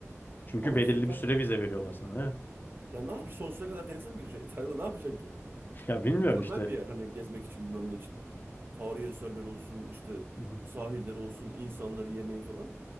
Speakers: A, on the left; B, on the right.
A: Çünkü
B: Ama
A: belirli
B: işte İtalya'da
A: bir süre vize veriyorlar sana ya.
B: ya ne yapacaksın sonsuza kadar denize mi gireceksin? İtalya'da ne yapacaksın ki?
A: <laughs> Ya bilmiyorum
B: Mükemmel
A: işte.
B: bir yer hani gezmek için bilmem ne için. Tarihi eserler olsun, işte
A: Hı hı,
B: sahiller olsun, insanları yemeği falan.